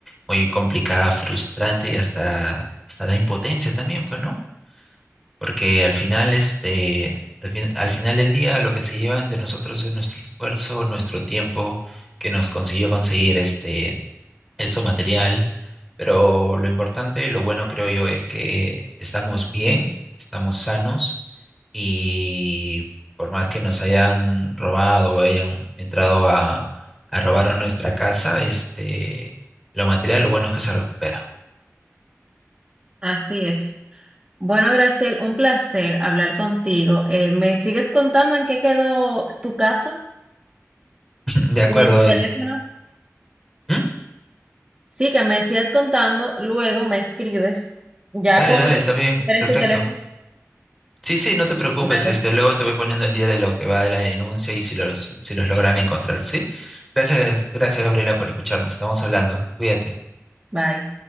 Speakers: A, in the centre; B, on the right.
A: muy complicada, frustrante y hasta, hasta da impotencia también, pues, ¿no? Porque al final, este, al fin- al final del día lo que se llevan de nosotros es nuestro esfuerzo, nuestro tiempo que nos consiguió conseguir este eso material, pero lo importante, lo bueno creo yo es que estamos bien, estamos sanos y por más que nos hayan robado o hayan entrado a, a robar a nuestra casa, este, lo material, lo bueno es que se recupera.
B: Así es. Bueno, Graciel, un placer hablar contigo. Eh, ¿me sigues contando en qué quedó tu caso?
A: <laughs> De acuerdo,
B: de tu
A: es...
B: teléfono.
A: ¿Mm?
B: Sí, que me sigas contando, luego me escribes. Ya
A: Dale,
B: cuando
A: dale, está bien,
B: recuperes
A: perfecto.
B: tu teléfono,
A: Sí, sí, no te preocupes,
B: espérate.
A: este, luego te voy poniendo el día de lo que va de la denuncia y si los, si los logran encontrar, ¿sí? Gracias, gracias Gabriela por escucharme, estamos hablando, cuídate.
B: Bye.